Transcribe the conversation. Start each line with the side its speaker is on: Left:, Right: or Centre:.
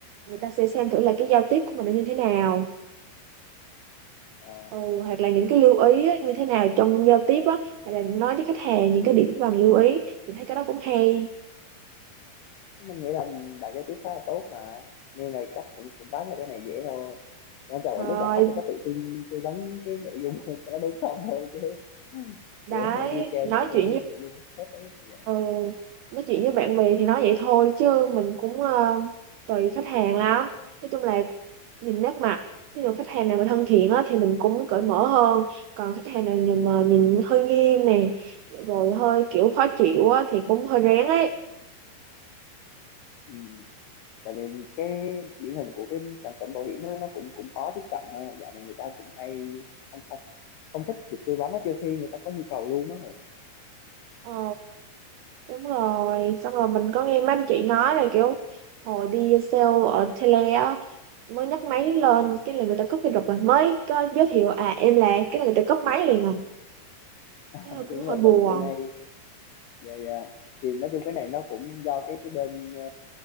Right: người ta sẽ xem thử là cái giao tiếp của mình nó như thế nào
Left: Ờ.
Right: ừ, hoặc là những cái lưu ý á, như thế nào trong giao tiếp á hay là nói với khách hàng những cái điểm cần lưu ý mình thấy cái đó cũng hay
Left: mình nghĩ là bạn giao tiếp khá là tốt mà nên là chắc cũng cũng bắt ra cái này dễ thôi quan trọng
Right: thôi
Left: là lúc gặp khách tôi có tự tin tư vấn cái nội dung <laughs> cho nó đúng không thôi chứ
Right: đấy
Left: kiểu đi sale
Right: thì
Left: thì
Right: nói
Left: phải tư
Right: chuyện
Left: vấn cái nội dung hết đấy như vậy
Right: ừ, nói chuyện với bạn bè thì nói vậy thôi chứ mình cũng ờ, tùy khách hàng lắm nói chung là nhìn nét mặt ví dụ khách hàng nào mà thân thiện á, thì mình cũng cởi mở hơn còn khách hàng nào nhìn mà nhìn hơi nghiêm nè rồi hơi kiểu khó chịu á, thì cũng hơi rén ấy
Left: ừ. tại vì cái điển hình của cái sản phẩm bảo hiểm á, nó cũng cũng khó tiếp cận hơn dạo này người ta cũng hay không không không thích được tư vấn á trừ khi người ta có nhu cầu luôn á
Right: ờ, đúng rồi xong rồi mình có nghe mấy anh chị nói là kiểu hồi đi sale ở tele á mới nhấc máy lên
Left: Ừ.
Right: cái là người ta cúp cái rụp rồi mới có giới thiệu à em là cái là người ta cúp máy liền rồi
Left: <laughs>
Right: thế hơi cũng
Left: đúng
Right: hơi
Left: rồi
Right: buồn
Left: tại vì bữa nay dạ dạ thì nói chung cái này nó cũng do cái cái bên ờ,